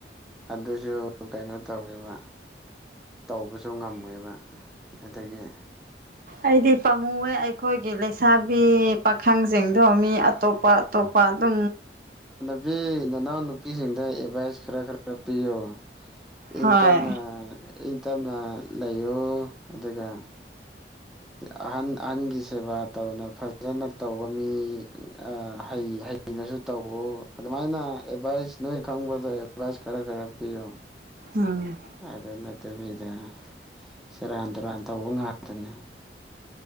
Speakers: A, in the centre; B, on the right (about 50°).
A: ꯑꯗꯨꯁꯨ ꯀꯩꯅꯣ ꯇꯧꯋꯦꯕ ꯇꯧꯕꯁꯨ ꯉꯝꯃꯣꯏꯕ ꯑꯗꯒꯤ
B: ꯑꯩꯗꯤ ꯄꯥꯝꯃꯨꯋꯦ ꯑꯩꯈꯣꯏꯒꯤ ꯂꯩꯁꯥꯕꯤ ꯄꯥꯈꯪꯁꯤꯡ ꯣꯃꯤ ꯑꯇꯣꯞꯄ ꯑꯇꯣꯞꯄ ꯑꯗꯨꯝ
A: ꯏ ꯅꯅꯥꯎ ꯅꯨꯄꯤꯁꯤꯡꯗ ꯑꯦꯗꯚꯥꯏꯁ ꯈꯔ ꯈꯔ ꯛꯄꯤꯌꯣ ꯏꯪ
B: ꯍꯣꯏ
A: ꯇꯞꯅ ꯏꯪ ꯇꯞꯅ ꯂꯩꯌꯣ ꯑꯗꯨꯒ ꯑꯍꯟ ꯑꯍꯟꯒꯤ ꯁꯦꯕꯥ ꯇꯧꯅ ꯐꯖꯅ ꯇꯧꯕ ꯃꯤ ꯑ ꯍ ꯍꯥꯏ ꯑꯩꯅꯁꯨ ꯇꯧꯎ ꯑꯗꯨꯃꯥꯏꯅ ꯑꯦꯗꯚꯥꯏꯁ ꯅꯣꯏ ꯈꯪꯕꯗ ꯑꯦꯗꯚꯥꯏꯁ ꯈꯔ ꯈꯔ ꯄꯤꯌꯨ
B: ꯎꯝ
A: ꯑꯗ ꯅ ꯠꯇꯕꯤꯗ ꯁꯦꯔꯥꯟ ꯇꯨꯔꯥꯟ ꯇꯧꯕ ꯉꯥꯛꯇꯅꯦ